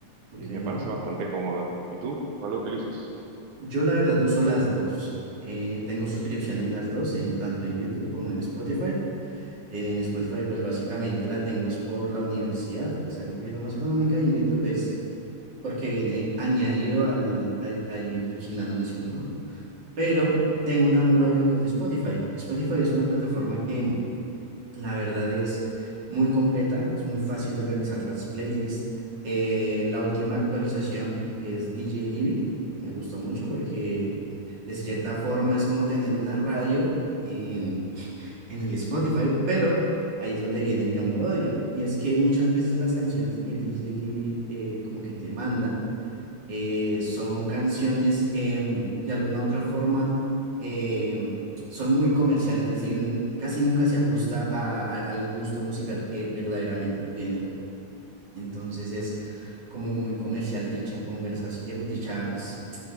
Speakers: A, on the right; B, on the right.
A: ok.
B: y me parece bastante cómoda. ¿Y tú? ¿Cuál lo utilizas?
A: Yo la verdad uso las dos. Eh, tengo suscripción en las dos, en- tanto en YouTube como en Spotify. En Spotify pues básicamente la tengo es por la universidad, que sale un poquito más económica, y en YouTube es porque viene añadido al, al- a YouTube sin anuncios, ¿no? Pero tengo un amor-odio con Spotify. Spotify es una plataforma que... La verdad es muy completa, es muy fácil de organizar las playlists. Eh, la última actualización, que es DJ Libby, me gustó mucho porque de cierta forma es como tener una radio en, en el Spotify, pero ahí es donde viene mi amor-odio. Y es que muchas veces las canciones que DJ Libby eh, como que te manda, eh, son canciones que mm, de alguna u otra forma eh, son muy comerciales, es decir, n- casi nunca se ajusta a- a- al gusto musical que verdaderamente tú tienes. Entonces es como muy comercial dicha conversación, dicha pues,